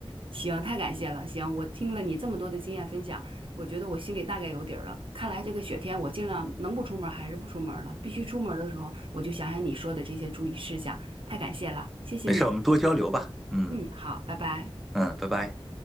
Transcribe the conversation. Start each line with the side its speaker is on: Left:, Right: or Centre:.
Right: 行，太感谢了。行，我听了你这么多的经验分享，我觉得我心里大概有底儿了。看来这个雪天我尽量能不出门儿还是不出门儿了，必须出门儿的时候我就想想你说的这些注意事项，太感谢了，谢谢你。
Centre: 没事儿，我们多交流吧。嗯
Right: 嗯，好，拜拜。
Centre: 嗯，拜拜。